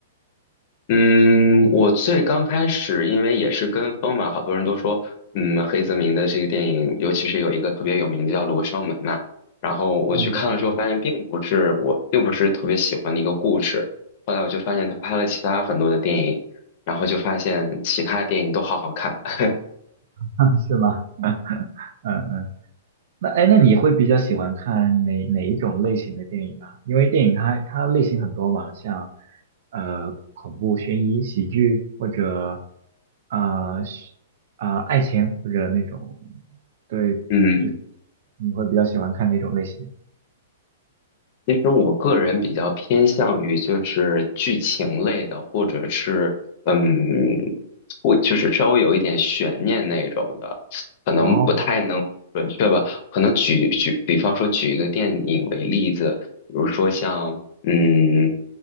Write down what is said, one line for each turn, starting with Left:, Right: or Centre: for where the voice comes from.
Left: 嗯，我最刚开始，因为也是跟风嘛，好多人都说，嗯，黑泽明的这个电影，尤其是有一个特别有名的叫《罗生门》嘛，然后我去看了之后，
Right: 嗯，
Left: 发现并不是我并不是特别喜欢的一个故事。
Right: <laughs>
Left: 后来我就发现他拍了其他很多的电影，然后就发现其他电影都好好看。<laughs>
Right: 嗯是吗？嗯嗯，那哎，那你会比较喜欢看哪哪一种类型的电影啊？因为电影它它类型很多嘛，像呃恐怖、悬疑、喜剧或者呃是呃爱情或者那种，对，
Left: 嗯。
Right: 就是你会比较喜欢看哪种类型？
Left: 其实我个人比较偏向于就是剧情类的，或者是嗯，会就是稍微有一点悬念那种的，可能不太能准确吧。
Right: 哦
Left: 可能举举，比方说举一个电影为例子，比如说像嗯，